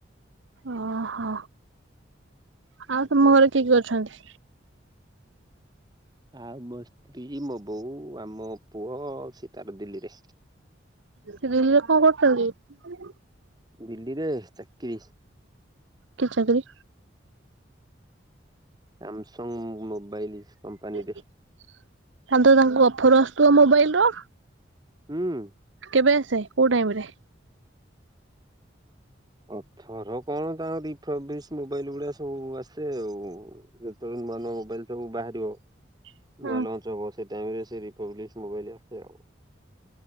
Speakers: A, on the right; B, on the right.
A: ଓ ହୋ, ଆଉ ତମ ଘରେ କିଏ କିଏ ଅଛନ୍ତି?
B: ଆଉ ମୋ ସ୍ତ୍ରୀ ମୋ ବୋଉ ଆଉ ମୋ ପୁଅ ସେ ତାର ଦିଲ୍ଲୀରେ।
A: ସେ ଦିଲ୍ଲୀରେ କଣ କରୁଛନ୍ତି?
B: ଦିଲ୍ଲୀରେ ଚାକିରି।
A: କି ଚାକରି?
B: Samsung mobile. କମ୍ପାନୀରେ
A: ତାହେନେ ତାଙ୍କୁ ଅଫର ଆସୁ ଥିବେ ମୋବାଇଲ ର।
B: ହୁଁ।
A: କେବେ ଆସେ କୋଉ ଟାଇମରେ?
B: ଅଫର କଣ ତାଙ୍କର ଦ ମୋବାଇଲ ଗୁଡଆ ସବୁ ଆସେ ଆଉ ଯେତେବେଳେ ନୂଆ ନୂଆ ମୋବାଇଲ ସବୁ ବାହାରିବ
A: ରେ?
B: ନୂଆ ଲଞ୍ଚ ହବ ସେ କାଇମରେ ସେ ରିପବ୍ଲିିକ ମୋବାଇଲ ଆପ ସେ ଆ